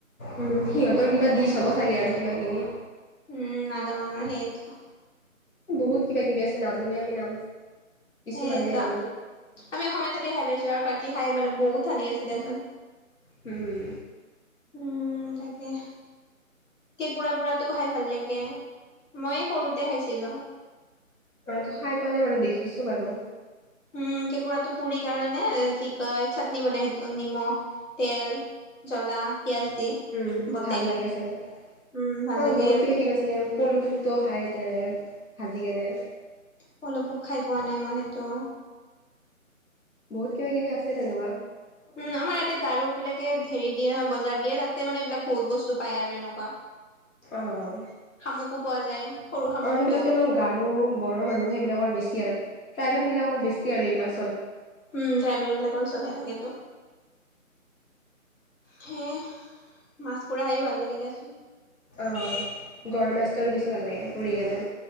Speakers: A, on the left; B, on the left.
A: উম, সিহঁতৰ কিবা ডিচ হ'ব চাগে আৰু কিবা কিবি।
B: উম নাগা মানুহৰ সেইটো।
A: বহুত কিবা কিবি আছে নাজানোৱেই আমি নাম। কিছুমানহে
B: সেইটোৱা।
A: জানো
B: আমি অসমীয়া থালি খাই পাইছো আৰু বাকী খাইয়ে পোৱা নাই বহুত থালি আছে দেচোন।
A: উম।
B: উম তাকে। কেঁকুৰা পুৰাটো খাই ভাল লাগে, মই সৰুতে খাইছিলো।
A: মই সেইটো খাই পোৱা নাই বাৰু দেখিছো বাৰু।
B: উম কেঁকোৰাটো পুৰি কাৰণে কি কয় চাটনি বনাই সেইটো নিমখ তেল, জ্বলা। পিয়াজ দি
A: উম
B: বতে
A: ভাল লাগে চাগে।
B: উম ভাল
A: অ
B: লাগে
A: বহুত
B: আৰু
A: কিবা কিবি আছে। পলু পোকটোও খায় তে ভাজি কেনে।
B: পলো পোক খাই পোৱা নাই মই সেইটো।
A: বহুত কিবা কিবি আছে তেনেকুৱা।
B: উম আমাৰ ইয়াতে গাৰো বিলাকে হেৰি দিয়ে নহয় বজাৰ দিয়ে তাতে মানে এইবিলাক বহুত বস্তু পায় আৰু এনেকুৱা।
A: অহ।
B: শামুকো পোৱা যায় সৰু শামুকটো
A: অ সেইবিলাকতো নো গাৰো, বড়ো মানুহ সেইবিলাকৰ বেছি আৰু। ট্ৰাইবেল বিলাকৰ বেছি আৰু এই বিলাক।
B: উম ট্ৰাইবেল বিলাকৰ চলে থাকে তো। সেই মাছ পুৰা খাইয়ো ভাল লাগে দিয়াচোন।
A: অ গৰৈ মাছটো আৰু বেছি ভাল লাগে পুৰি কেনে।